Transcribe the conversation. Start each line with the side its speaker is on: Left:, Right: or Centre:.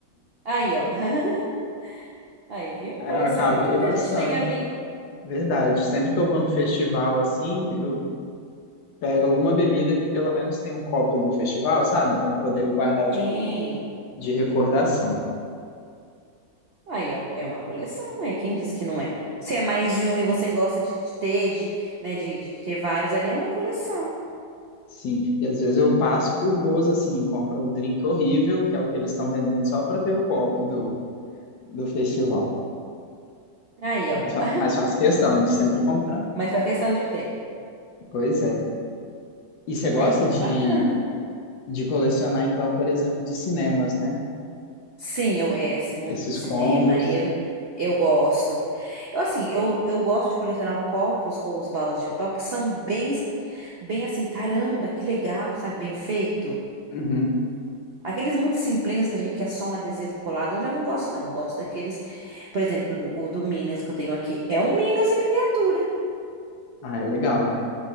Right: Aí, ó. <laughs> Aí,
Left: <laughs>
Right: viu? Coleção
Left: Aí Eu acabo
Right: é aquilo
Left: indo bastante.
Right: que a gente tem ali.
Left: Verdade. Sempre que eu vou no festival assim, eu pego alguma bebida que pelo menos tem um copo do festival, sabe? Para poder guardar de,
Right: Sim.
Left: de recordação.
Right: Aí, ó, é uma coleção, aí quem disse que não é? Se é mais de um e você gosta de de ter, de, né, de, de ter vários ali, é uma coleção.
Left: Sim. E às vezes eu passo por boas assim, compro o drink horrível, que é o que eles estão vendendo só para ter o copo do, do festival.
Right: Aí, ó.
Left: Mas, fa-
Right: <laughs>
Left: mas faço questão de sempre comprar.
Right: Mas faz questão de ter.
Left: Pois é. E você gosta
Right: Aí, ó,
Left: de,
Right: é bacana.
Left: de colecionar, então, por exemplo, de cinemas, né?
Right: Sim, eu é esse mundo
Left: Esses
Right: do cinema,
Left: combos.
Right: eu eu gosto. Eu assim, eu, eu gosto de colecionar copos ou os baldes de papel que são bem bem assim, caramba, que legal, sabe, bem feito.
Left: Uhum.
Right: Aqueles muito simplinhos que a gente quer só um adesivo colado, eu já não gosto não. Eu gosto daqueles, por exemplo, do- o do Minions que eu tenho aqui, é um Minions em miniatura.
Left: Ah, é legal, né?